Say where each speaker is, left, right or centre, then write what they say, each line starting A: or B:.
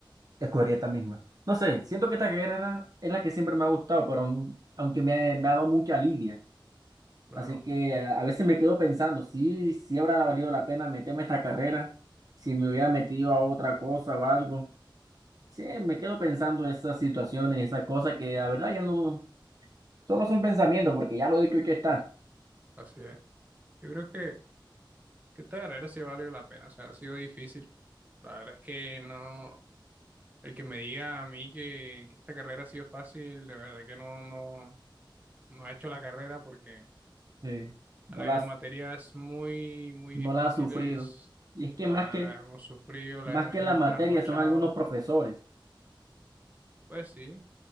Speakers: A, on the right (about 45°); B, on the right (about 20°).
A: escogería esta misma. No sé, siento que esta carrera es la que siempre me ha gustado, pero aun- aunque me ha, me ha dado mucha lidia.
B: Claro,
A: Así que a a veces me quedo pensando, sí, sí habrá valido la pena meterme a esta carrera, si me hubiera metido a otra cosa o algo. Sí, me quedo pensando en esas situaciones, esas cosas que la verdad ya no, solo son pensamientos, porque ya lo he hecho, hecho está.
B: así es. Yo creo que, que esta carrera sí ha valido la pena, o sea, ha sido difícil. La verdad es que no, el que me diga a mí que, que esta carrera ha sido fácil, de verdad que no, no, no ha hecho la carrera porque
A: Sí, no
B: han habido
A: las,
B: materias muy, muy
A: no
B: difíciles,
A: la ha sufrido. Y es que
B: la,
A: más que,
B: la hemos sufrido, la
A: más
B: hemos,
A: que
B: hemos
A: la materia
B: trasnochado.
A: son algunos profesores.
B: Pues sí.